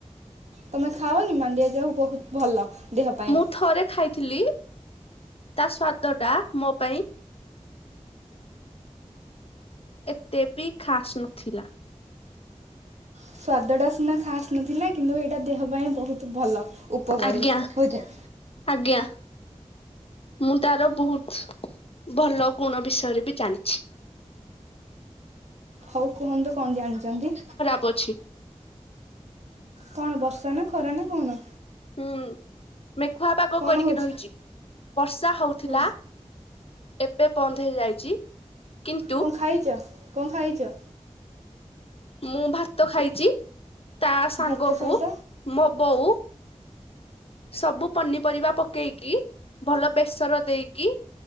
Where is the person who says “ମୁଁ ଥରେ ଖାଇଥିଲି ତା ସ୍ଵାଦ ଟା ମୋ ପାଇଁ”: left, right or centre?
Left